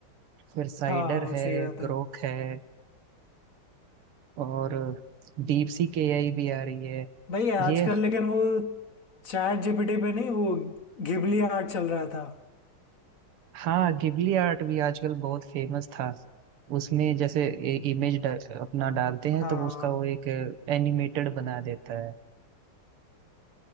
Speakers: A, on the right; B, on the left.
A: फिर साइडर
B: हाँ हाँ
A: है
B: सही बात है
A: ग्रोक है और डीप सीक एआई भी आ रही है
B: भाई आजकल
A: ये
B: लेकिन वो चैट जीपीटी पे नहीं वो घिबली आर्ट चल रहा था
A: हाँ गिबली आर्ट भी आजकल बहुत फेमस था उसमें जैसे इमेज अपना डालते हैं
B: हाँ
A: तो वो उसका वो एक एनिमेटेड बना देता है